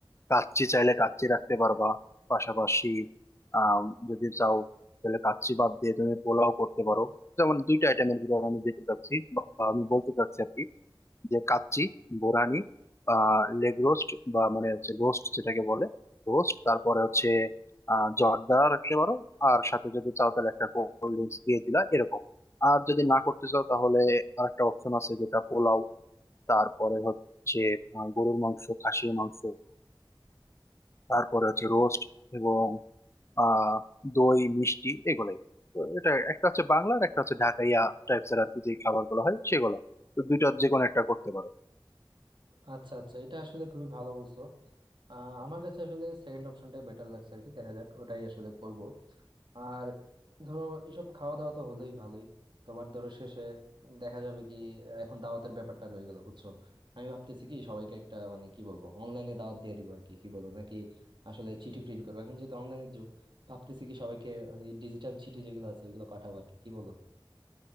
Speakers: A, on the left (about 35°); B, on the right (about 65°).
A: কাচ্চি চাইলে কাচ্চি রাখতে পারবা পাশাপাশি আম, যদি চাও তাহলে কাচ্চি বাদ দিয়ে তুমি পোলাও করতে পারো যেমন দুইটা আইটেমের ভিতরে আমি যেতে চাচ্ছি বা আমি বলতে চাচ্ছি আর কি যে কাচ্চি বোরানি আহ লেগ রোস্ট বা মানে হচ্ছে রোস্ট যেটাকে বলে রোস্ট তারপরে হচ্ছে আহ জর্দা রাখতে পারো আর সাথে যদি চাও তাহলে একটা কোল্ড ড্রিঙ্কস দিয়ে দিলা এরকম আর যদি না করতে চাও তাহলে আরেকটা অপশন আছে যেটা পোলাও তারপরে হচ্ছে আহ, গরুর মাংস খাসির মাংস তারপরে
B: হুম।
A: হচ্ছে রোস্ট এবং আহ দই মিষ্টি এগুলাই তো এটা একটা হচ্ছে বাংলার একটা হচ্ছে ঢাকাইয়া টাইপস এর আর কি যে খাবার গুলো হয় সেগুলো তো দুইটার যে কোনো একটা করতে পারো
B: আচ্ছা আচ্ছা এটা আসলে খুবই ভালো বলছো আহ, আমার কাছে আসলে সেকেন্ড অপশনটাই বেটার লাগছে আর কি দেখা যাক ওটাই আসলে করব আর ধরো এসব খাওয়া দাওয়া তো হলেই ভালোই তোমার ধরো শেষে দেখা যাবে কি এখন দাওয়াতের ব্যাপারটা রয়ে গেল বুঝছো আমি ভাবতেছি কি সবাইকে একটা মানে কি বলবো অনলাইনে দাওয়াত দিয়ে দিব আর কি কি বলবো নাকি আসলে চিঠি প্রিন্ট করবো এখন যেহেতু অনলাইনের যুগ ভাবতেছি কি সবাইকে মানে ডিজিটাল চিঠি যেগুলো আছে ওগুলো পাঠাবো আর কি কি বলো